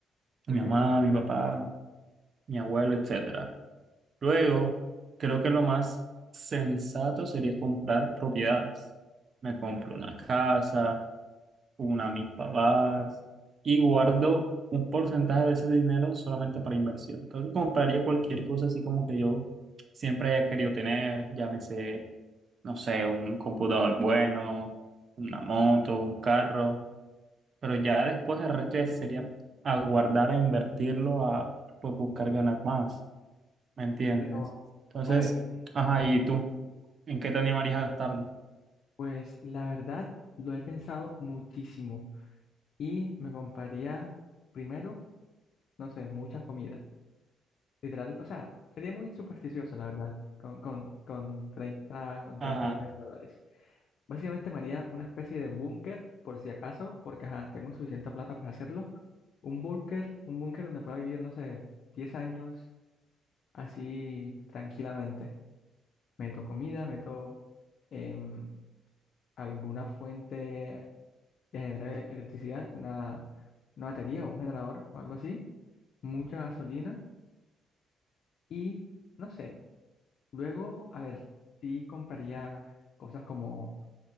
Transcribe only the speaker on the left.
Ok,
pero
a ver, sí.
Pues la verdad lo he pensado muchísimo y me compraría primero, no sé, mucha comida. Literal, o sea, sería muy supersticioso, la verdad, con, con, con treinta con
treinta millones de dólares. Básicamente me haría una especie de búnker, por si acaso, porque ajá, tengo suficiente plata para hacerlo. Un búnker, un búnker donde pueda vivir, no sé, 10 años así tranquilamente. Meto comida, meto em, alguna fuente que genere electricidad, una, una batería o un generador o algo así, mucha gasolina y, no sé, luego, a ver, sí compraría cosas como